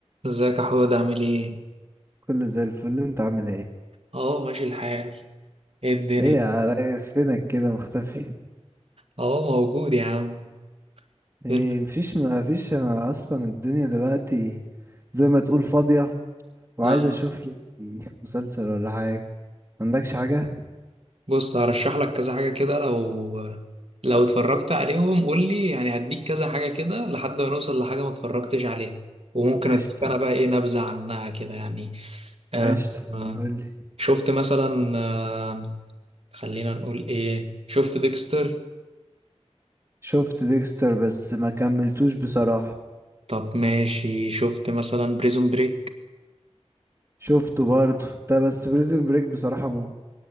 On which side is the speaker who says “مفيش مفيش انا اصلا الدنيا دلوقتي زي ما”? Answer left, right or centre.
Right